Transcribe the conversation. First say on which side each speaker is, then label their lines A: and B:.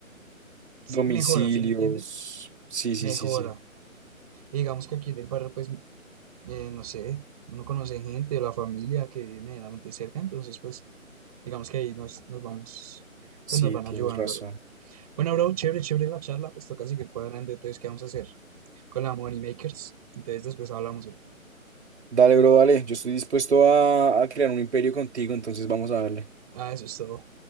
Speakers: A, on the right; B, on the right.
A: s-
B: domicilios.
A: mejora, ¿sí me entiendes?
B: Sí, sí,
A: Mejora.
B: sí, sí.
A: Y digamos que aquí en el barrio, pues, m- eh, no sé, uno conoce gente de la familia que vive medianamente cerca, entonces, pues, digamos que ahí nos, nos vamos,
B: Sí,
A: pues nos van
B: tienes
A: ayudando,
B: razón.
A: bro. Bueno, bro, chévere, chévere la charla, pues toca seguir cuadrando, entonces, ¿qué vamos a hacer? Con la Money Makers, entonces después hablamos, bro.
B: Dale, bro, dale. Yo estoy dispuesto a, a crear un imperio contigo, entonces vamos a darle.
A: Ah, eso es todo.